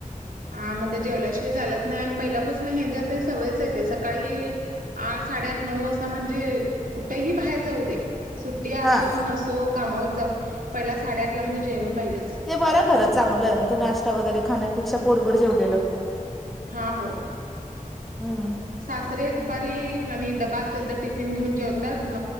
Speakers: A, on the right; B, in the centre.
A: हा मग ते जेवल्याशिवाय चालत नाही आणि पहिल्यापासून ह ज ते सवयच आहे स सकाळी आठ साडेआठ नऊ वाजता म्हणजे कुठही बाहेर जाऊ दे सुट्टी असो
B: हा
A: नसो कामावर जाऊ पहिला साडेआठला म्हणे जेवण पाहिजेच
B: ते बरं खरं चांगलं आहे ते नाश्ता वगैरे खाण्यापेक्षा पोटभर जेवलेललं
A: हा होर
B: हम्म
A: सासरे दुपारी आणि ड्बा असेल तर टिफिन घेऊन जेवतात